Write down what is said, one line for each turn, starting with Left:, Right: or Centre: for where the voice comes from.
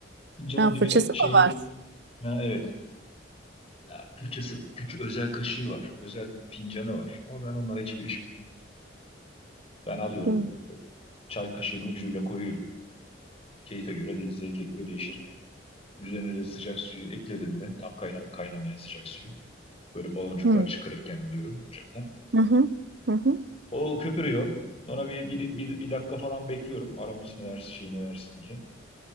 Left: Fincanın
Right: Ha,
Left: dibine
Right: fırçası
Left: şeyini...
Right: mı var?
Left: Ha evet. Ya fırçası, küçük özel kaşığı var. Özel fincanı var. Ama ben onlara hiç girişmiyorum. Ben alıyorum.
Right: Hı
Left: e, Çay kaşığını ucuyla koyuyorum. Keyfe göre değil, zevke göre değişir. Üzerine de sıcak suyu ekledim mi? Tam kaynam kaynamayan sıcak suyu. Böyle baloncuklar
Right: hı.
Left: çıkarırken alıyorum ocaktan.
Right: Hı hı. Hı hı.
Left: O köpürüyor. Ona bir, bir, bir, bir dakika falan bekliyorum. Aromasını versin, şeyini versin diye.